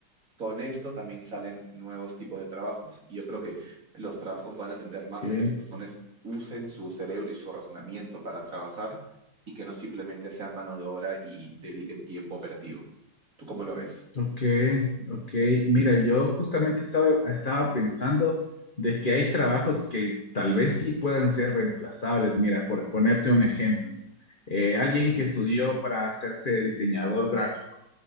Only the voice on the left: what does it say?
ok,
Ok, ok. Mira, yo justamente estaba, estaba pensando de que hay trabajos que tal vez sí puedan ser reemplazables. Mira, por ponerte un ejemplo, eh, alguien que estudió para hacerse diseñador gráfico